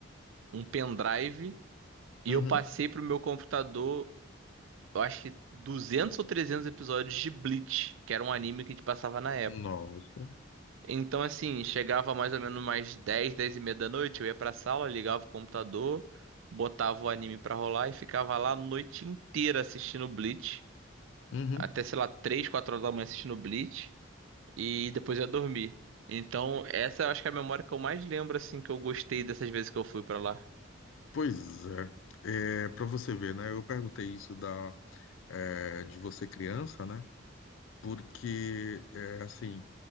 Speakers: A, on the right; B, on the left.
A: um pendrive e
B: Uhum.
A: eu passei pro meu computador, eu acho que 200 ou 300 episódios de Bleach, que era um anime que a gente passava na
B: Nossa.
A: Então, assim, chegava mais ou menos mais 10, 10 e meia da noite, eu ia pra sala, ligava o computador, botava o anime pra rolar e ficava lá a noite inteira assistindo Bleach.
B: Uhum.
A: Até, sei lá, 3, 4 horas da manhã assistindo Bleach. E depois eu ia dormir. Então, essa eu acho que é a memória que eu mais lembro, assim, que eu gostei dessas vezes que eu fui pra lá.
B: Pois é. É, para você ver, né? Eu perguntei isso da, é, de você criança, né? Porque, é, assim,